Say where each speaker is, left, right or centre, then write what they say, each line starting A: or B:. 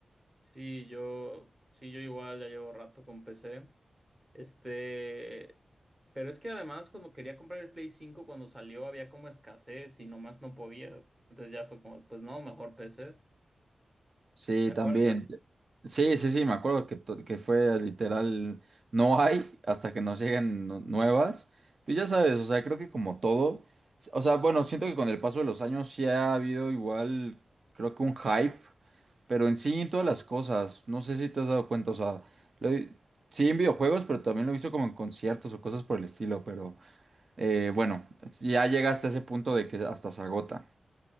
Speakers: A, on the right (about 15°); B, on the right (about 50°).
A: Sí, yo, sí, yo igual ya llevo rato con PC. Este, pero es que además cuando quería comprar el Play cinco cuando salió había como escasez y nomás no podía. Entonces ya fue como, pues no, mejor PC.
B: Sí,
A: ¿Te acuerdas?
B: también. Sí, sí, sí, me acuerdo que, to- que fue literal, no hay hasta que nos lleguen nu- nuevas. Pues ya sabes, o sea, creo que como todo, s- o sea, bueno, siento que con el paso de los años sí ha habido igual, creo que un hype, pero en sí en todas las cosas, no sé si te has dado cuenta, o sea, lo he- sí en videojuegos, pero también lo he visto como en conciertos o cosas por el estilo, pero eh, bueno, ya llega hasta ese punto de que hasta se agota.